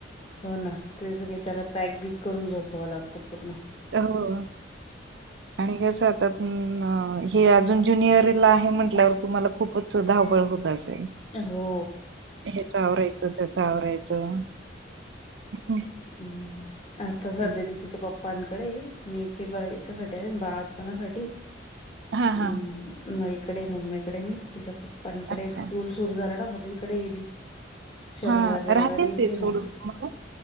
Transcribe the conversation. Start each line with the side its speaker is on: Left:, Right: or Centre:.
Left: हो ना. त्याच काही त्याला पॅक बीक करून झोपाव लागतं पूर्ण.
Right: हो. आणि कसं आता हे अजून ज्युनियरला आहे म्हटल्यावर तुम्हाला खूपच सुद्धा धावपळ होत असेल.
Left: हो.
Right: हेच आवरायचं. त्याच आवरायचं. हम्म,
Left: हम्म. आता सध्या
Right: हम्म.
Left: दि तिच्या पप्पांकडे मीथे याच्यासाठी आले बाळपणासाठी.
Right: हा
Left: हम्म.
Right: हा
Left: म इकडे म्मीकडे मी तेच्या पप्पांकडे
Right: अच्छा
Left: स्कूल सुरू झाला ना मग तिकडे गेली. शनिवार
Right: हां,
Left: रविवारी
Right: राहतेच
Left: येते
Right: ते सोडून
Left: मग.
Right: तुम्हाला.